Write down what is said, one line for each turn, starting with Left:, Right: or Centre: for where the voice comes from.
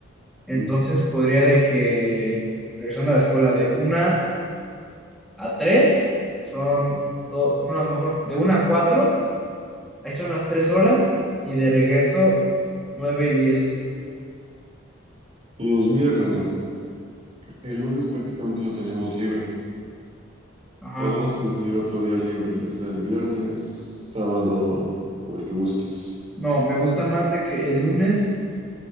Centre: Entonces
Right: Mm.
Centre: podría de que, regresando a la escuela, de una a tres son, todo, bueno, a lo mejor de una a cuatro, ahí son las tres horas, y de regreso nueve y diez.
Right: Pues mira, carnal, el lunes prácticamente lo tenemos libre.
Centre: Ajá.
Right: Podemos conseguir otro día libre, ya sea el viernes, sábado o el que gustes.
Centre: No, me gusta más de que el lunes